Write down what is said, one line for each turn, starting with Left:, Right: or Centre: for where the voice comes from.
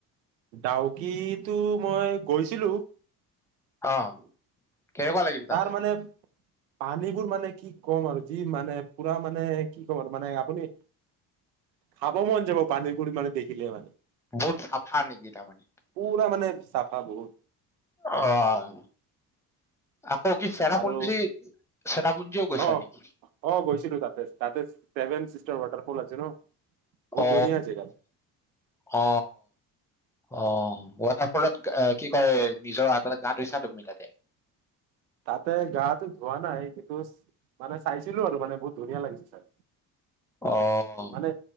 Right: ডাউকো টো মই গৈছিলো।
Centre: অ কেনেকুৱা লাগিল?
Right: তাৰ
Centre: তাতে
Right: মানে পানীবোৰ মানে কি ক'ম আৰু যি মানে পুৰা মানে কি ক'ম আৰু মানে আপুনি খাব মন যাব পানী বোৰ মানে দেখিলে হয়।
Centre: বহুত চাফা নেকি তাৰমানে?
Right: পুৰা মানে চাফা বহুত।
Centre: অঁ। আকৌ কি চেৰাপুঞ্জী
Right: আৰু
Centre: চেৰাপুঞ্জীও গৈছা
Right: অ
Centre: নেকি?
Right: অ গৈছিলো তাতে। তাতে ছেভেন চিষ্টাৰ ৱাটাৰফল আছে ন? বহুত
Centre: অ
Right: ধুনীয়া জেগা
Centre: <inaudible> অ। অ', ৱাটাৰফলত কি কয়, নিজৰ হাতে গা ধুইছা তুমি তাতে?
Right: তাতে গাটো ধোৱা নাই, কিন্তু মানে চাইছিলো আৰু মানে বহুত ধুনীয়া লাগিছে চাই।
Centre: অ'।
Right: মানে,